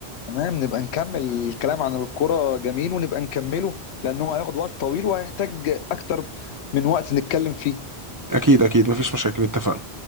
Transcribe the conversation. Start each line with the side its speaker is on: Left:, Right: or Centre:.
Left: تمام نبقى نكمل الكلام عن الكرة جميل ونبقى نكمله لأنه هياخد وقت طويل وهيحتاج أكتر من وقت نتكلم فيه
Right: اكيد اكيد مفيش مشاكل اتفقنا